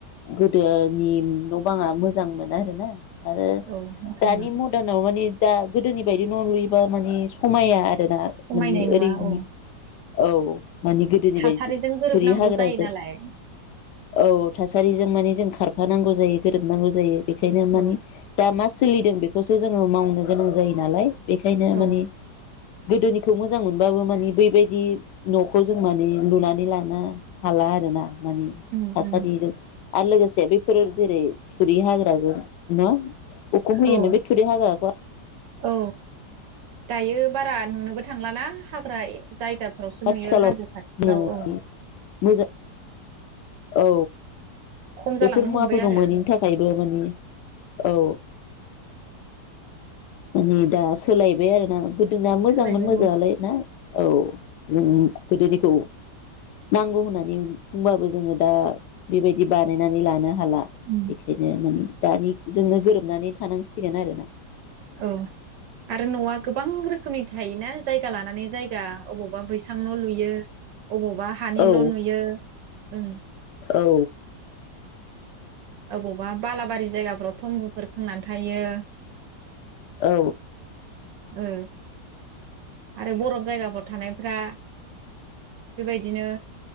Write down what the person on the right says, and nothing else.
औ मोजांमोन
समायनाय
नुवा
औ
थासारिजों
गोरोबनांगौ
जायो नालाय
औ
औ
उम
उम
औ
औ दायो बारा नुनोबो थांलाना हाग्रा जायगा फोरावसो नुयो
हाजो खाथिफ्राव
औ
खम
जालांनो
हमबाय आरो
सोलायबाय
औ
उम
औ आरो नआ गोबां रोखोमनि थायोना जायगा लानानै जायगा अबावबा बैसां न लुयो अबावबा हानिल'
नुयो ओं
अबावबा बालाबारि जायगाफोराव थम्बुफोर खोंनानै थायो,
ओ आरो बरफ जायगाफोराव थानायफोरा, बेबायदिनो